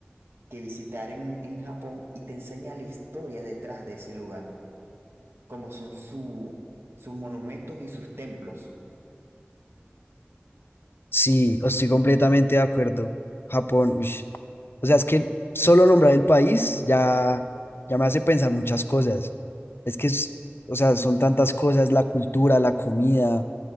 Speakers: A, on the right; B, on the left.
A: que visitar en, en Japón y te enseña la historia detrás de ese lugar, como son su- sus monumentos y sus templos.
B: Sí, estoy completamente de acuerdo. Japón, ush, O sea, es que solo nombrar el país ya, ya me hace pensar muchas cosas. Es que, es- o sea, son tantas cosas, la cultura, la comida,